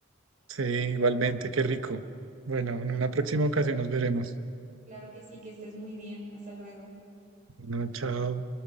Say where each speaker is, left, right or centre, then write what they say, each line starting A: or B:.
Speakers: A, on the right; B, on the right.
A: sí, igualmente, qué rico. Bueno, en
B: Sí,
A: una próxima
B: que,
A: ocasión nos veremos.
B: claro que sí, que estés muy bien. Hasta luego.
A: Bueno, chao.